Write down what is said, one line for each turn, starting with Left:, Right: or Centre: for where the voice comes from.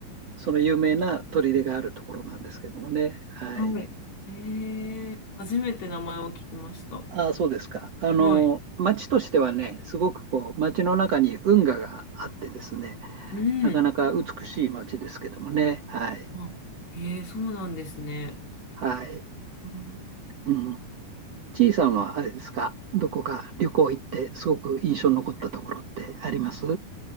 Right: その有名な砦があるところなんですけどもね。はい。
Left: はい、ええ初めて名前を聞きました。
Right: ああ、そうですか。あの、
Left: はい、
Right: 町としてはね、すごくこう、町の中に運河があってですね、
Left: うん、
Right: なかなか美しい町ですけどもね。はい。
Left: あ、ええそうなんですね。
Right: はい。
Left: うん
Right: うん。ちいさんはあれですか、どこか旅行行って、すごく印象に残ったところってあります